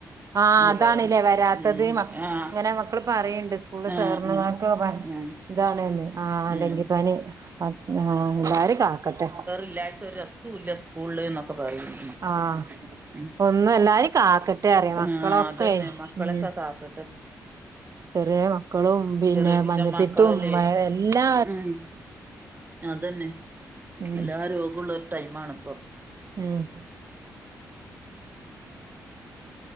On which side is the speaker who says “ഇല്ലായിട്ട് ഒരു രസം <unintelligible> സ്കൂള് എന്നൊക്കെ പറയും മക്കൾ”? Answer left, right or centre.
Right